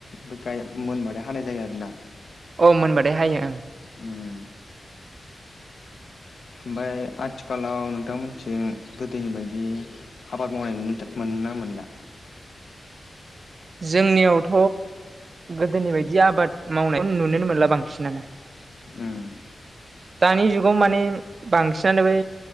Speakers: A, on the left; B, on the right.
A: बे गाय मोनबाथाय हानाय जायो आरोना।
B: अ मोनबाथाय हायो ओं।
A: उम। ओमफाय आथिखालाव नोंथांमोनथिं गोदोनि बायदि आबाद मावनाय नुनो मोनथो मोननो मोनला
B: जोंनियावथ' गोदोनि बायदि आबाद मावनाय <unintelligible> नुुनोनो मोनला बांसिनानो
A: उम
B: दानि जुगाव माने बांसिनानो बै